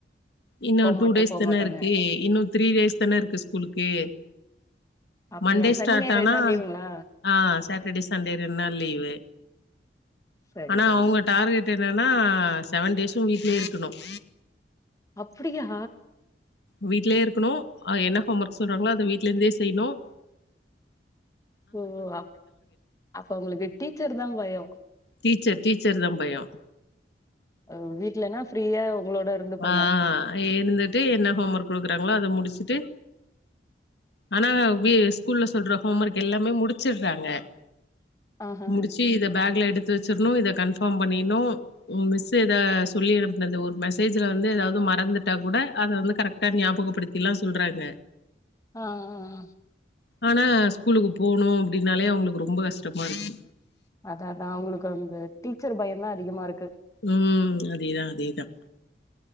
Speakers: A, on the left (about 70°); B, on the left (about 20°).
A: இன்னு
B: போமாட்டே
A: டூ டேஸ்
B: போமாட்டேன்னு
A: தானருக்கு இன்னு த்ரீ டேஸ் தானருக்கு ஸ்கூலு ம்
B: அப்படியா
A: மண்டே
B: சனி
A: ஸ்டார்ட்டானா
B: ஞாயிறு ரெண்டு நாள் லீவுங்களா
A: ஆ சாட்டர்டே சண்டே ரெண்டு நாள் லீவு
B: சரி
A: ஆனா
B: சரி
A: அவங்க டார்கெட் என்னன்னா செவன் டேஸும் வீட்லயே இருக்கணும்
B: அப்படியா
A: வீட்லே இருக்கணும் என்ன ஹோம் ஒர்க் சொல்றாங்களோ அதை வீட்ல இருந்தே செய்யணும்
B: ஓ அப் அப்ப உங்களுக்கு டீச்சர் தான் பயம்
A: டீச்சர் டீச்சர் தான் பயம்
B: ஆஹ் வீட்லனா ஃப்ரீயா உங்களோட இருந்துப்பாங்க
A: ஆஹ் இருந்துட்டு என்ன ஹோம் ஒர்க் கொடுக்குறாங்களோ அதை முடிச்சுட்டு ஆனா வீ ஸ்கூல்ல சொல்ற ஹோம் ஒர்க் எல்லாமே முடி ச்சுடுறாங்க
B: ஆஹ
A: முடிச்சு இத பேக்ல எடுத்து வச்சிடணும் இதை கன்ஃபார்ம் பண்ணிடணும் மிஸ் ஏதா சொல்லி இருந்து ஒரு மெ ஸஜுல வந்து ஏதாவது மறந்துட்டா கூட அதை வந்து கரெக்டா ஞாபகப்படுத்திலாம் சொல்றாங்க
B: ஆஹ் ஆஹ்
A: ஆனா ஸ்கூலுக்கு போனும் அப்படின்னாலே அவங்களுக்கு ரொம்ப கஷ்டமா இருக்கு
B: அதாதான் அவங்களுக்கு வந்து டீச்சர் பயம் தான் அதிகமா இருக்கு
A: உம் அதேதான் அதேதான்